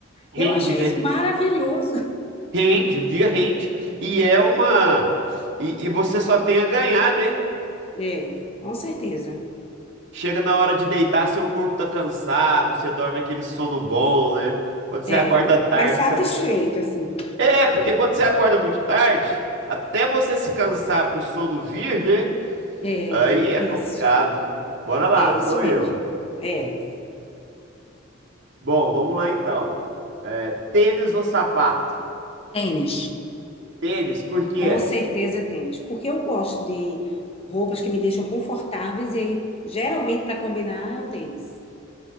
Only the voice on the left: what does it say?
Eu achei
isso maravilhoso.
É, com certeza.
É,
mas satisfeito,
assim.
É,
isso.
É, isso
mesmo. É.
Tênis.
Com certeza tênis, porque eu gosto de roupas que me deixam confortáveis e aí, geralmente para combinar é o tênis.